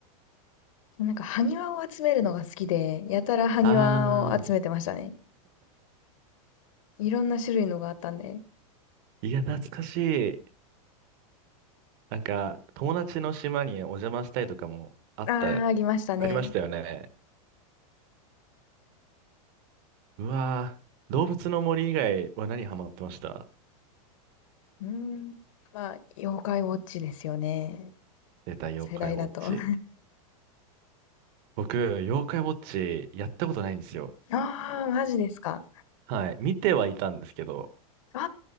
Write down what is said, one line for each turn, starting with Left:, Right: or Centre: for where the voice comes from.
Left: なんか、埴輪を集めるのが好きで、やたら埴輪を集めてましたね。
Right: あ
Left: いろんな種類のがあったんで。
Right: ー、いや、懐かしい。なんか、友達の島にお邪魔したいとかもあった、
Left: ああ、ありましたね。
Right: ありましたよね。うわー、動物の森以外は何ハマってました
Left: うーん。まあ、妖怪ウォッチですよね。
Right: 出た、
Left: あの世代だと。
Right: 妖怪ウォッチ。
Left: <laughs> あ
Right: 僕、妖怪ウォッチやったことないんですよ。
Left: あ、マジですか。
Right: はい、見てはいたんですけど、
Left: あ